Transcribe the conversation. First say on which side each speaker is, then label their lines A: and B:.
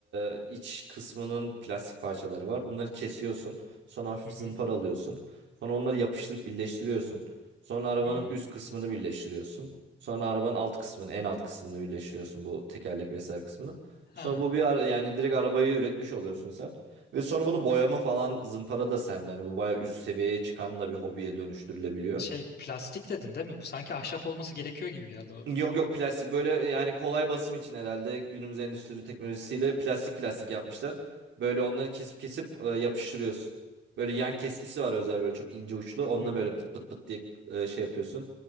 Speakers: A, on the right (about 70°); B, on the left (about 55°).
A: e, iç kısmının plastik parçaları var. Bunları kesiyorsun. Sonra hafif
B: Hı hı.
A: zımparalıyorsun. Sonra onları yapıştırıp birleştiriyorsun. Sonra arabanın
B: Hmm.
A: üst kısmını birleştiriyorsun. Sonra arabanın alt kısmını, en alt kısmını birleştiriyorsun bu tekerlek vesaire kısmını. Sonra
B: Ha.
A: bu bir ara, yani direkt arabayı üretmiş oluyorsun sen. Ve sonra bunu boyama falan zımpara da sende. Hani bu bayağı üst seviyeye çıkan da bir hobiye dönüştürülebiliyor.
B: Şey plastik dedin değil mi? Bu sanki ahşap olması gerekiyor gibi geldi bana.
A: Yok yok plastik böyle yani kolay basım için herhalde günümüz endüstri teknolojisiyle plastik plastik yapmışlar. Böyle onları kesip kesip e, yapıştırıyorsun. Böyle yan keskisi var özel böyle çok ince uçlu. Onunla
B: Hı
A: böyle
B: hı.
A: pıt pıt pıt diye e, şey yapıyorsun.